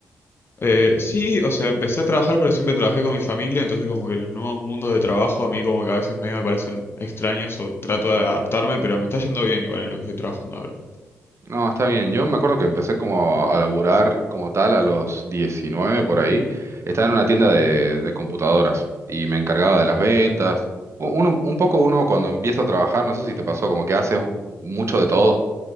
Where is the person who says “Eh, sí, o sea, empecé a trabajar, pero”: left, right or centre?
Left